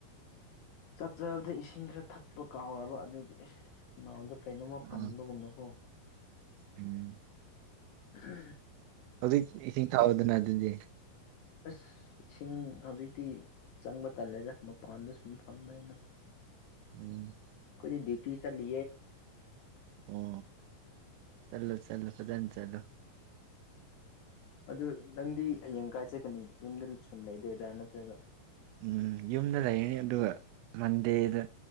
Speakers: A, on the left; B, on the right.
A: ꯆꯥꯛ ꯆꯔꯕꯗ ꯏꯁꯤꯡ ꯈꯔ ꯊꯛꯄ ꯀꯥꯎꯔꯕ ꯑꯗꯨꯗ ꯀꯩꯅꯣꯝꯃ ꯄꯟꯕꯒꯨꯝꯅꯀꯣ
B: ꯎꯝ ꯎꯝ
A: ꯎꯝ
B: ꯑꯣꯗꯤ ꯏꯁꯤꯡ ꯊꯥꯕꯗꯅꯗꯨꯗꯤ
A: ꯑꯁ ꯏꯁꯤꯡ ꯍꯧꯖꯤꯛꯇꯤ ꯆꯪꯕ ꯇꯜꯂꯦꯗꯥ ꯃꯄꯥꯟꯗ ꯁꯨꯝ ꯐꯝꯕꯅꯤꯅ
B: ꯎꯝ
A: ꯀꯣꯏ ꯗꯗꯤꯌꯇꯤ ꯆ ꯂ
B: ꯑꯣ ꯆꯂꯣ ꯆꯂꯣ ꯄꯇꯥꯅꯤ ꯆꯂꯣ
A: ꯑꯗꯨ ꯅꯪꯗꯤ ꯍꯌꯦꯡ ꯀꯥꯏ ꯆꯠꯀꯅꯤ ꯌꯨꯝꯗ ꯁꯨꯝ ꯂꯩꯗꯣꯏꯔꯥ ꯅꯠꯇ꯭ꯔꯒ
B: ꯎꯝ ꯌꯨꯝꯗ ꯂꯩꯔꯅꯤ ꯑꯗꯨꯒ ꯃꯟꯗꯦꯗ